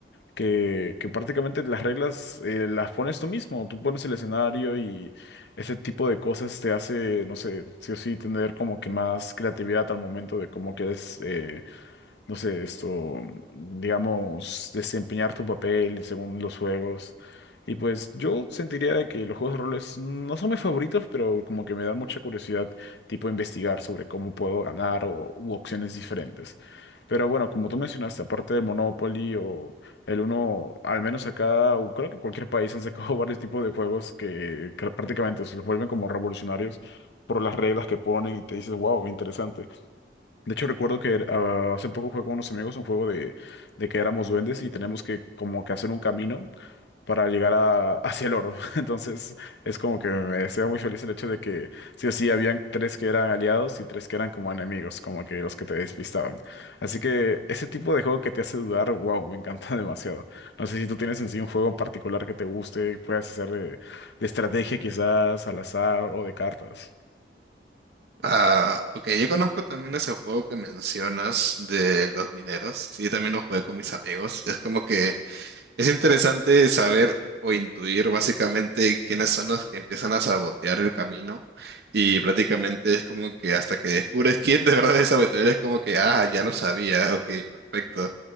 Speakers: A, on the left; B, on the right.
A: que, que prácticamente las reglas eh, las pones tú mismo, tú pones el escenario y ese tipo de cosas te hace, no sé, sí o sí tener como que más creatividad al momento de cómo quieres eh, no sé, esto, digamos, desempeñar tu papel según los juegos. Y pues yo sentiría de que los juegos de roles no son mis favoritos, pero como que me da mucha curiosidad, tipo investigar sobre cómo puedo ganar o u opciones diferentes. Pero bueno, como tú mencionaste, aparte de Monopoly o el uno, al menos acá, o creo que en cualquier país han sacado <laughs> varios tipos de juegos que, que prácticamente se los vuelven como revolucionarios por las reglas que ponen y te dices, wow, interesante. De hecho, recuerdo que ah, hace poco jugué con unos amigos un juego de, de que éramos duendes y tenemos que como que hacer un camino para llegar a- <laughs> hacia el oro. <laughs> Entonces, es como que me hacía muy feliz el hecho de que sí o sí habían tres que eran aliados y tres que eran como enemigos, como que los que te despistaban. Así que ese tipo de juego que te hace dudar, wow, me encanta <laughs> demasiado. No sé si tú tienes en sí un juego en particular que te guste, puedas hacer de, de estrategia quizás, al azar o de cartas.
B: Ah, ok, yo conozco también ese juego que mencionas de los mineros. Sí, también lo jugué con mis amigos. Es como que es interesante saber o intuir básicamente quiénes son los que empiezan a sabotear el camino. Y prácticamente es como que hasta que descubres quién de verdad es saboteador, es como que, ah, ya lo sabía, ok, perfecto.